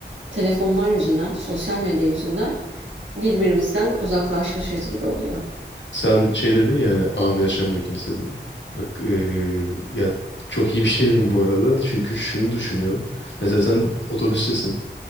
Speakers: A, on the right (about 80°); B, on the left (about 70°).
A: telefonlar yüzünden, sosyal medya yüzünden birbirimizden uzaklaşmışız gibi oluyor.
B: Sen şey dedin ya hani anı yaşamıyor kimse diye. Bak eee, ya çok iyi bir şey dedin bu arada. Çünkü şunu düşünüyorum. Mesela sen otobüstesin.